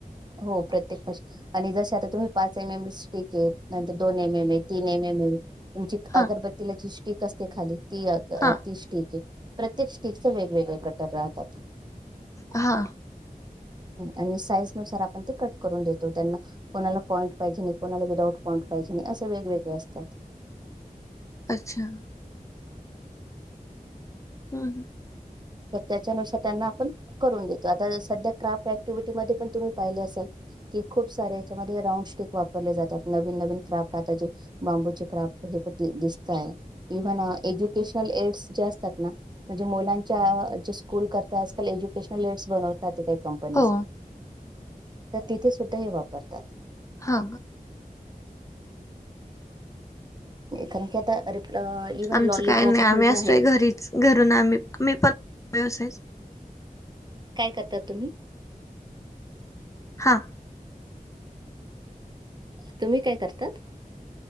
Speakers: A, on the right; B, on the left.
A: हो प्रत्येक मशीन आणि जसे आता तुम्ही पाच एम एम स्टिक आहे. नंतर दोन एम एम आहे. तीन एम एम आहे. तुमच्या
B: हा
A: अगरबत्तीला जी स्टिक असते खाली ती अ ती
B: हा
A: स्टिक. म्हणजे प्रत्येक स्टिकच वेगवेगळे कटर राहतात.
B: हा
A: आणि साईजनुसार आपण ते कट करून देतो त्यांना कोणाला पॉईंट पाहिजे नाही. कोणाला विदाउट पॉईंट पाहिजे नाही. असे वेगवेगळे असतात.
B: अच्छा हम्म हम्म
A: तर, त्याच्यानुसार त्यांना आपण करून देतो. आता सध्या क्राफ्ट ऍक्टिव्हिटी मध्ये पण तुम्ही पाहिले असल. कि खूप सारे याच्यामध्ये राऊंड स्टीक वापरले जातात. नवीन नवीन क्राफ्ट आता जे बांबूचे क्राफ्ट हे प दिसताय. इव्हन एज्युकेशनल एडस जे असतात, ना म्हणजे मुलां च्या जे स्कूल करता आजकाल एज्युकेशनल लीडस बनवतात काही कंपनीज.
B: हो
A: त तिथे सुद्धा हे वापरतात.
B: हा!
A: कारण की आता इव्हन
B: आमचं
A: लॉलीपॉप
B: काय नाही आम्ही
A: हे जे
B: असतोय
A: आहेत
B: घरीच. घरून आम्ही मी पण व्यवसायच.
A: काय करतात तुम्ही?
B: हां!
A: तुम्ही काय करतात?